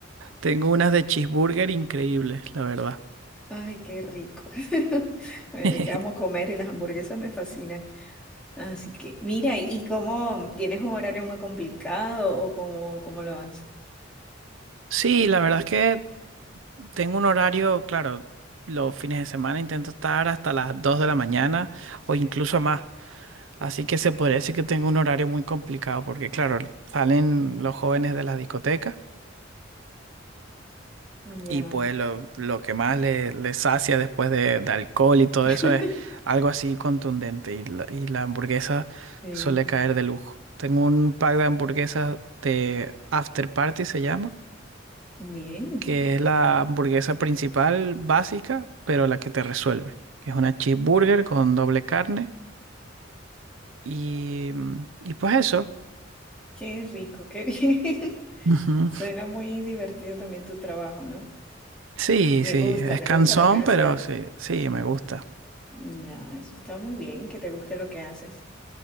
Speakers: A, on the right; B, in the centre.
A: Tengo unas de cheeseburger increíbles, la verdad.
B: Ay, qué rico. <laughs> Oye,
A: <laughs>
B: que amo comer y las hamburguesas me fascinan. Así que, mira, ¿y cómo tienes un horario muy complicado o cómo, cómo lo haces?
A: Sí, la verdad es que tengo un horario, claro, los fines de semana intento estar hasta las 2 de la mañana o incluso más. Así que se podría decir que tengo un horario muy complicado porque, claro, salen los jóvenes de las discotecas
B: Ya.
A: Y pues lo, lo que más le, le sacia después de, de alcohol y todo
B: <laughs>
A: eso es algo así contundente. Y la, y la hamburguesa
B: Sí,
A: suele caer de lujo. Tengo un pack de hamburguesas de After Party, se llama,
B: bien.
A: que es la hamburguesa principal básica, pero la que te resuelve. Que es una cheeseburger con doble carne. Y, mm, y pues eso.
B: Qué rico, qué bien. <laughs>
A: Ujú.
B: Suena muy divertido también tu trabajo, ¿no?
A: Sí,
B: Te
A: sí,
B: gusta,
A: es
B: te
A: cansón,
B: gusta lo que haces.
A: pero sí, sí, me gusta.
B: Ya, eso está muy bien, que te guste lo que haces.